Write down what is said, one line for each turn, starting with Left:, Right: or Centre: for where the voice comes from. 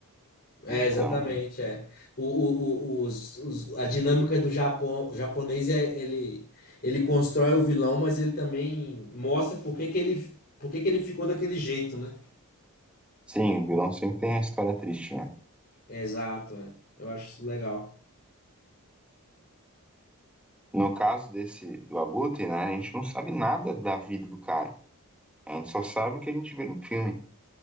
Left: É,
Centre: Então,
Left: exatamente, é. O, o, o- os, os- a dinâmica do Japão, o japonês é ele ele constrói o vilão, mas ele também mostra por que que ele por que que ele ficou daquele jeito, né?
Centre: sim, o vilão sempre tem a história triste, né?
Left: Exato, é. Eu acho isso legal.
Centre: No caso desse do Abutre, né, a gente não sabe nada da vida do cara. A gente só sabe o que a gente vê no filme.